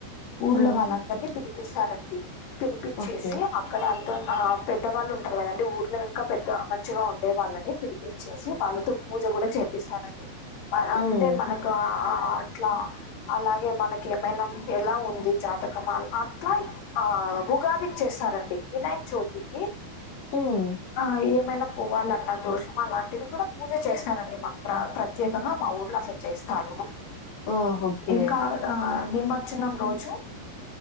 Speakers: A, on the left; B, on the left.
A: ఊర్లో
B: ఉమ్
A: వాళ్ళందరినీ పిలిపిస్తారండి పిలిపిచ్చేసి
B: ఓకే
A: అప్ క్కడ ఎంతోన్న పెద్దవాళ్ళు ఉంటారు కదండి ఊర్లో ఇంకా పెద్ద మంచిగా ఉండే వాళ్ళని పిలి పిచ్చేసి వాళ్ళతో పూజ కూడా చేపిస్తారండి మరంటే
B: ఉమ్
A: మనకు ఆ ఆ అట్లా అలాగే మనకి ఏమైనా ఎలా ఉంది జాతకం అలా అట్లా ఆ ఉగాదికి చేస్తారండి వినాయక్ చౌతికి
B: ఉమ్
A: ఆ ఏమైన పోవాలన్న దోషం అలాంటివి కూడా పూజ చేస్తారండి మాకు ప్ర ప్రత్యేకంగా మా ఊర్లో చేస్తారు
B: ఆ ఓకే
A: ఇంకా ఆ నిమజ్జనం రోజు